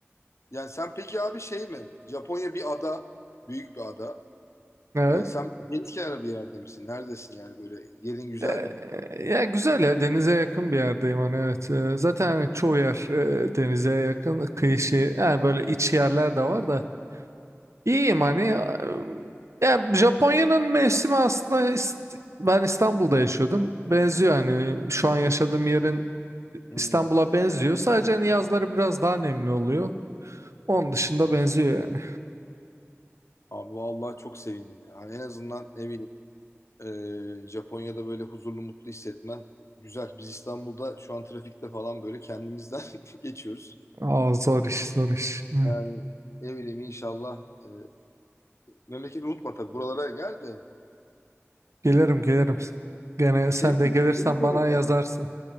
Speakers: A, on the left; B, on the right.
A: yani sen peki abi şey mi? Japonya bir ada, büyük bir ada.
B: Evet.
A: E, sen deniz kenarı bir yerde misin? Neredesin yani böyle yerin güzel
B: Ee,
A: mi?
B: ya güzel ya denize yakın bir yerdeyim hani evet. Ee, zaten hani çoğu yer e, denize yakın kıyı şey yani böyle iç yerler de var da. İyiyim hani ya yani Japonya'nın mevsimi aslında ist- ben İstanbul'da yaşıyordum. Benziyor hani şu an yaşadığım yerin
A: Hmm.
B: İstanbul'a benziyor. Sadece hani yazları biraz daha nemli oluyor. Onun dışında benziyor yani.
A: Abi vallahi çok sevindim ya. Hani en azından ne bileyim e, Japonya'da böyle huzurlu mutlu hissetmen güzel. Biz İstanbul'da şu an trafikte falan böyle kendimizden <laughs> geçiyoruz.
B: Aa zor iş zor iş. Hı.
A: Yani ne bileyim inşallah. E, memleketi unutma tabii. Buralara gel de.
B: Gelirim gelirim. Gene
A: Sevin-
B: sen de gelirsen
A: Seviyorum
B: bana yazarsın.
A: yani.